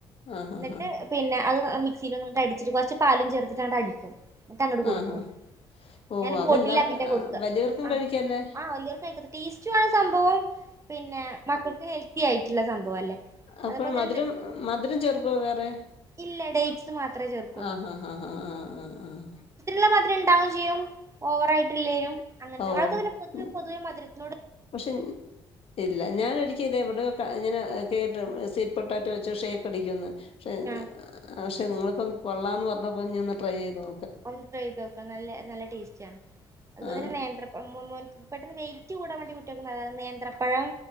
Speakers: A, on the left (about 50°); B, on the right (about 25°).
A: ആ ഹാ
B: എന്നിട്ട്
A: ഹാ
B: പിന്നെ അത് മിക്സിൽ ഒന്ന് അടിച്ചിട്ട് കുറച്ച് പാലും ചേർത്തിട്ട്ണ്ട് അടിക്കും എന്നിട്ട് അങ്ങട്ട് കൊടുക്കും
A: ആഹാ ഓ
B: ഞാന്
A: അതെല്ലാർക്കും
B: ബോട്ടിലാക്കിയിട്ടാ കൊടുക്കുക
A: വലിയവർക്കും
B: ആ
A: കഴിക്കല്ലേ
B: ആ വലിയവർക്ക് <unintelligible> സംഭവം? പിന്നെ മക്കൾക്ക് ഹെൽത്തി ആയിട്ടുള്ള സംഭവം അല്ലേ
A: അപ്പൾ
B: അതുപോലെ
A: മധുരം
B: തന്നെ
A: മധുരം ചേർക്കോ വേറെ
B: ഇല്ല ഡേറ്റ്സ് മാത്രമേ ചേർക്കുള്ളൂ
A: ആഹ ഹാ ഹാ ഹാ ആ് ആ് ആഹ
B: ള്ള മാത് രം ണ്ടാവും ചെയ്യും ഓവറായിട്ടില്ലേനും അങ്ങനത്തെ
A: ആ ഓ
B: ആൾക്കങ്ങനെ പിന്നെ പൊതുവെ
A: ഉം,
B: പൊതുവെ മധു
A: പക്ഷെ ഇല്ല ഞാനൊരിക്കെ ഇതെവിടെയൊ ക ഇങ്ങനെ കേട്ടും സീറ്റ് പൊട്ടറ്റോവെച്ച് ഷേക്കടിക്കൂന്ന് <unintelligible>
B: ആ
A: നിങ്ങളിപ്പം കൊള്ളാംന്ന് പറഞ്ഞപ്പോ ഞൊന്ന് ട്രൈ ചെയ്തന്നോ
B: ഒന്ന് ട്രൈ ചെയ്തോക്ക് നല്ല നല്ല ടേസ്റ്റാണ്. അതുപോലെ
A: ആ
B: തന്നെ നേന്ത്രപഴം <unintelligible> പെട്ടെന്ന് വെയ്റ്റ് കൂടാവേണ്ടി സാധനെ നേന്ത്ര പഴം